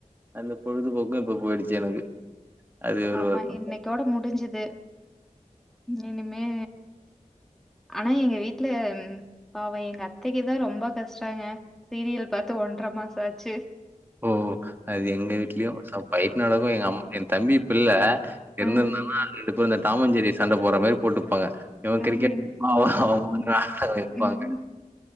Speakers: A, on the right; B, in the centre.
A: அந்த பொழுதுபோக்கு இப்ப போயிடுச்சு எனக்கு அது ஒரு
B: ஆமா
A: வருத்தம்
B: இன்னைக்கோட முடிஞ்சது இனிமே ஆனா எங்க வீட்டுல பாவோ எங்க அத்தைக்கு தா ரொம்ப கஷ்டங்க சீரியல் பாத்து ஒன்றர மாச ஆச்சு
A: ஓ அது எங்க வீட்லயும் சோ ஃபைட்டு நடக்கும் எங்க அம்மா என் தம்பி பிள்ள இருந்துருந்தானா
B: ம்.
A: ரெண்டு பேரு இந்த தாமஞ்சேரி சண்ட போடுற மாரி போட்டுப்பாங்க இவன்
B: ம்.
A: கிரிக்கெட் அவுங்க அவுங்க <unintelligible> பாங்க
B: ம்.